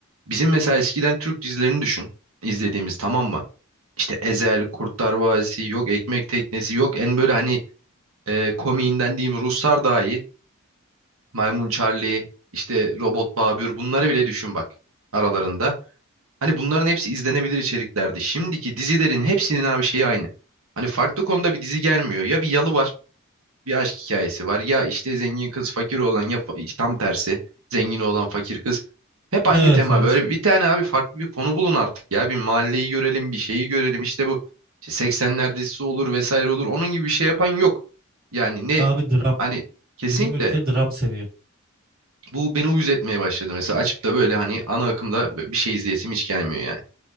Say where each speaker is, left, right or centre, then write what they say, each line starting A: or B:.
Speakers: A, on the right (about 75°); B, on the right (about 45°).
A: Bizim mesela eskiden Türk dizilerini düşün. izlediğimiz tamam mı? İşte Ezel, Kurtlar Vadisi, yok Ekmek Teknesi, yok en böyle hani e, komiğinden diyeyim Ruslar daha iyi. Maymun Charlie, işte Robot Babür bunları bile düşün bak aralarında. Hani bunların hepsi izlenebilir içeriklerdi. Şimdiki dizilerin hepsinin abi şeyi aynı. Hani farklı konuda bir dizi gelmiyor. Ya bir yalı var, bir aşk hikayesi var. Ya işte zengin kız fakir olan ya fa- tam tersi zengin olan fakir kız. Hep aynı
B: Evet
A: tema.
B: evet.
A: Böyle bir tane abi farklı bir konu bulun artık ya. Bir mahalleyi görelim, bir şeyi görelim. İşte bu işte 80'ler dizisi olur vesaire olur. Onun gibi bir şey yapan yok. Yani ne
B: Abi dram.
A: hani kesinlikle
B: Bizim ülke dram seviyor.
A: bu beni uyuz etmeye başladı. Mesela açıp da böyle hani ana akımda bir şey izleyesim hiç gelmiyor yani.